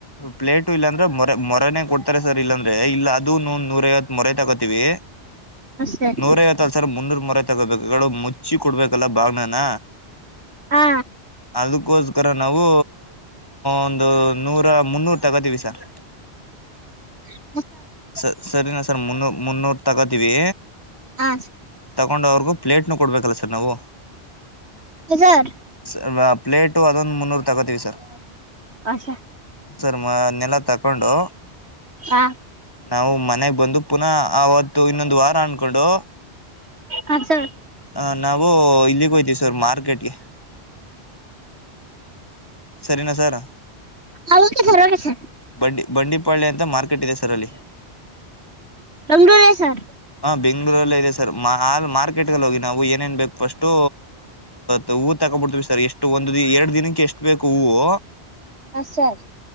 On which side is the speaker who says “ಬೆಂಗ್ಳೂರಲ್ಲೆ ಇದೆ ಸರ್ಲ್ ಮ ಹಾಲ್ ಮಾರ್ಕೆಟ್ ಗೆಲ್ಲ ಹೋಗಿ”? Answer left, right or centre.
Left